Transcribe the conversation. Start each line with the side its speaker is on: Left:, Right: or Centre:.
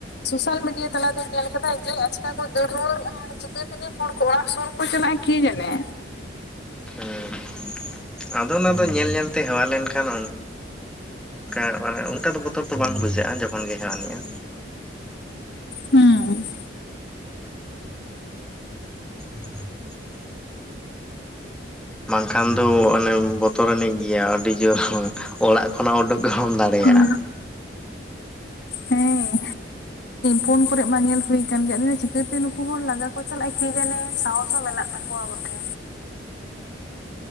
Left: ᱥᱳᱥᱟᱞ ᱢᱤᱰᱤᱭᱟ ᱛᱟᱞᱟᱛᱤᱧ ᱧᱮᱞ ᱠᱟᱫᱟ ᱡᱮ ᱟᱪᱠᱟ ᱠᱚ ᱨᱩᱣᱟᱹᱲ ᱢᱟᱱᱮ ᱪᱤᱠᱟᱹᱛᱮ ᱜᱮ ᱦᱚᱲ ᱠᱚ ᱚᱲᱟᱜ ᱥᱩᱨ ᱠᱚ ᱪᱟᱞᱟᱜᱼᱟ ᱠᱤ ᱡᱟᱹᱱᱮ
Centre: ᱦᱮᱸ ᱟᱫᱚ ᱚᱱᱟ ᱫᱚ ᱧᱮᱞ ᱧᱮᱞᱛᱮ ᱦᱮᱣᱟ ᱞᱮᱱᱠᱷᱟᱱ ᱚᱱᱠᱟ ᱢᱟᱱᱮ ᱚᱱᱠᱟ ᱵᱚᱛᱚᱨ ᱫᱚ ᱵᱟᱝ ᱵᱩᱡᱷᱟᱹᱜᱼᱟ ᱡᱚᱠᱷᱚᱱ ᱜᱮ ᱦᱮᱣᱟ ᱟᱱᱤᱡᱼᱟ
Left: ᱦᱩᱸ
Centre: <unintelligible> ᱵᱟᱝᱠᱷᱟᱱ ᱫᱚ ᱚᱱᱮ ᱵᱚᱛᱚᱨᱱᱤᱡ ᱜᱮᱭᱟ ᱟᱹᱰᱤ ᱡᱳᱨ ᱚᱲᱟᱜ ᱠᱷᱚᱱᱟᱜ ᱩᱰᱩᱠ ᱦᱚᱢ ᱫᱟᱲᱮᱭᱟᱜᱼᱟ
Left: ᱦᱩᱸ ᱦᱮᱸ ᱯᱷᱳᱱ ᱠᱚᱨᱮ ᱢᱟ ᱧᱮᱞ ᱦᱩᱭ ᱟᱠᱟᱱ ᱜᱮᱭᱟ ᱤᱱᱟ ᱪᱤᱠᱟᱹᱛᱮ ᱱᱩᱠᱩ ᱦᱚᱲ ᱞᱟᱜᱟ ᱠᱚ ᱪᱟᱞᱟᱜᱼᱟ ᱠᱤ ᱡᱟᱹᱱᱤ ᱥᱟᱦᱚᱥ ᱦᱚᱸ ᱢᱮᱱᱟᱜ ᱠᱚ ᱛᱟᱠᱚᱣᱟ ᱵᱚᱴᱷᱮ